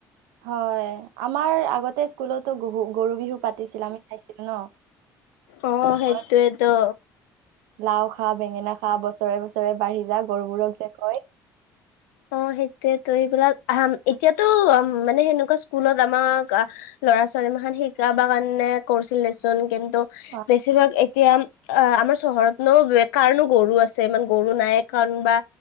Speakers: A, on the right (about 70°); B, on the left (about 75°).
A: হয়, আমাৰ আগতে স্কুলতো গৰু গৰু বিহু পাতিছিল আমি চাইছিলো ন।
B: অ,
A: আমাৰ
B: সেইটোৱেতো।
A: লাও খা বেঙেনা খা বছৰে বছৰে বাঢ়ি যা গৰুবোৰক যে কয়
B: অ সেইটোয়েতো এইবিলাক এতিয়াতো মানে সেনেকুৱা স্কুলত আমাক ল'ৰা ছোৱালী মাখান শিকাব কাৰণে কৰিছিল দেচোন কিন্তু
A: হা,
B: বেছিভাগ এতিয়া অ আমাৰ চহৰত ন কাৰণো গৰু আছে ইমান গৰু নাই কাৰণ বা